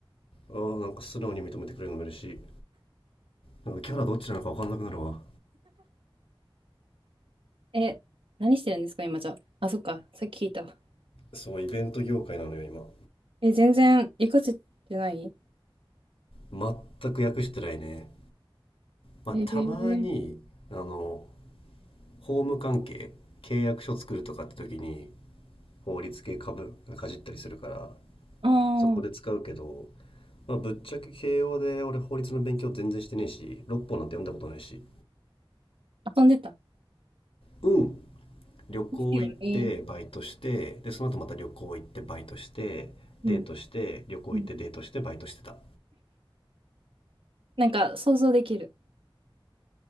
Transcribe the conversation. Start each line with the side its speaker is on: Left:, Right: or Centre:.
Left: ああなんか素直に認めてくれるの嬉しいなんかキャラどっちなのか分かんなくなるわ
Right: え、何してるんですか、今じゃあ。あ、そっか。さっき聞いたわ。
Left: そうイベント業界なのよ今
Right: え、全然、活かせてない
Left: 全く訳してないねまあたまにあの
Right: えー、
Left: 法務関係契約書作るとかって時に法律系株がかじったりするから
Right: あ
Left: そこで使うけど、
Right: あ、
Left: まあ、ぶっちゃけ慶応で俺法律の勉強全然してねえし六本なんて読んだことないし
Right: 遊んでた。
Left: うん旅行行ってバイトしてでその後また旅行行ってバイトしてデートして旅行行ってデートしてバイトしてた
Right: ですよね。うん。うんなんか、想像できる。